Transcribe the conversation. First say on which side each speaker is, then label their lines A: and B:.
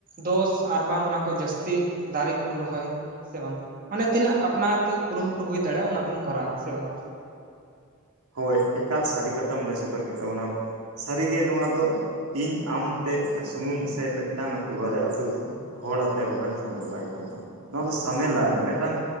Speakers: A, on the right (about 40°); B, on the right (about 75°).
A: ᱫᱳᱥ ᱟᱨᱵᱟᱝ ᱚᱱᱟ ᱠᱷᱚᱡ ᱡᱟᱹᱥᱛᱤ ᱫᱟᱨᱮ ᱠᱩᱵᱚᱱ ᱨᱚᱦᱚᱭ, ᱥᱮ ᱵᱟᱝ? ᱢᱟᱱᱮ ᱛᱤᱱᱟᱹᱜ ᱟᱯᱱᱟᱨᱛᱮ ᱠᱩᱨᱩᱢᱩᱴᱩ ᱦᱩᱭ ᱫᱟᱲᱮᱜᱼᱟ ᱩᱱᱟᱹᱜ ᱵᱩᱱ ᱠᱚᱨᱟᱣᱟ ᱥᱮ ᱵᱟᱝ?
B: ᱦᱳᱭ, ᱮᱠᱟᱞ ᱥᱟᱹᱨᱤ ᱠᱟᱛᱷᱟᱢ ᱞᱮᱭ ᱥᱚᱫᱚᱨ ᱠᱮᱫ ᱛᱟᱵᱚᱱᱟ᱾ ᱥᱟᱹᱨᱤᱜᱮ ᱱᱚᱣᱟ ᱫᱚ ᱤᱧ ᱟᱢᱛᱮ ᱥᱩᱢᱩᱝ ᱥᱮ ᱢᱤᱫᱴᱟᱝ ᱟᱛᱩ ᱵᱟᱨᱮ ᱟᱛᱩ
A: <unintelligible> ᱸ
B: ᱦᱚᱲ ᱟᱛᱮᱫ ᱨᱚᱦᱚᱭ ᱞᱮᱠᱷᱟᱱ ᱫᱚ ᱵᱟᱭ ᱜᱟᱱᱚᱜᱼᱟ᱾ ᱱᱚᱣᱟ ᱫᱚ ᱥᱟᱢᱮᱞᱟᱭ ᱢᱮᱫᱴᱟᱝ